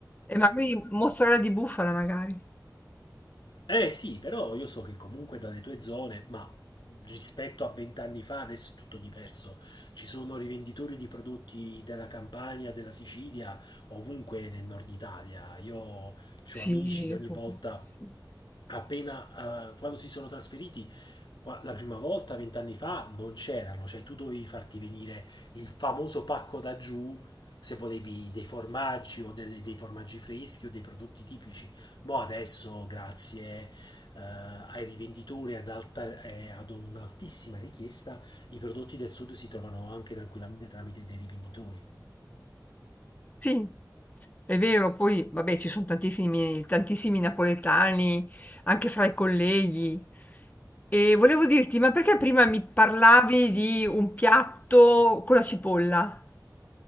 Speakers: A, on the left; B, on the left.
A: E magari mozzarella di bufala magari.
B: Eh sì, però io so che comunque dalle tue zone, ma rispetto a vent'anni fa adesso è tutto diverso. Ci sono rivenditori di prodotti della Campania, della Sicilia, ovunque nel nord Italia. Io ho
A: Sì,
B: amici che ogni volta
A: sì.
B: appena eh, quando si sono trasferiti qua- la prima volta, vent'anni fa, non c'erano, cioè tu dovevi farti venire il famoso pacco da giù se volevi dei formaggi o dei, dei formaggi freschi o dei prodotti tipici. Mo adesso, grazie eh, ai rivenditori ad alta- eh, ad un'altissima richiesta, i prodotti del sud si trovano anche tranquillamente tramite dei rivenditori.
A: Sì, è vero, poi vabbè ci sono tantissimi, tantissimi napoletani anche fra i colleghi. E volevo dirti, ma perché prima mi parlavi di un piatto con la cipolla?